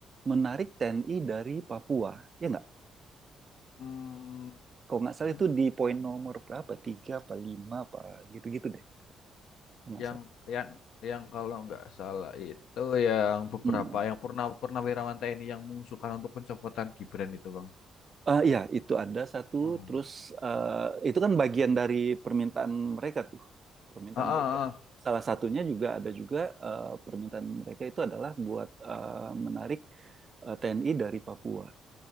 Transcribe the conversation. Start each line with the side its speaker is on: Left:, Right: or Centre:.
Right: menarik TNI dari Papua, ya nggak?
Left: mm,
Right: Kalau nggak salah
Left: untuk
Right: itu di poin nomor berapa? Tiga apa lima apa gitu-gitu deh, kalau nggak
Left: yang
Right: salah.
Left: yang yang kalau nggak salah itu yang beberapa
Right: Hmm.
Left: yang purna purnawirawan TNI yang mengusulkan untuk pencopotan Gibran itu, Bang.
Right: Ah, ya itu ada satu.
Left: Oh.
Right: Terus eh, itu kan bagian dari permintaan mereka tuh, permintaan
Left: Ah,
Right: mereka.
Left: ah,
Right: Salah satunya juga ada juga eh, permintaan mereka itu adalah buat eh, menarik eh, TNI dari Papua.